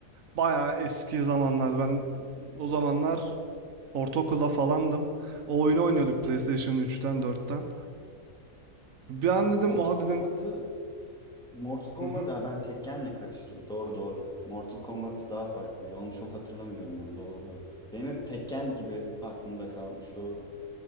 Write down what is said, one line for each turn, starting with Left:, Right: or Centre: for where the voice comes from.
Right: Bayağı eski zamanlar. Ben o zamanlar ortaokulda falandım. O oyunu oynuyorduk PlayStation 3'ten 4'ten. Bir an dedim
Centre: Mortal
Right: oha
Centre: Kombat'ı
Right: dedim
Centre: Mortal Kombat
Right: hı hı.
Centre: ha, ben Tekken'le karıştırdım. Doğru doğru. Mortal Kombat daha farklıydı. Onu çok hatırlamıyorum ben. Doğru. Benim hep Tekken gibi aklımda kalmış. Doğru.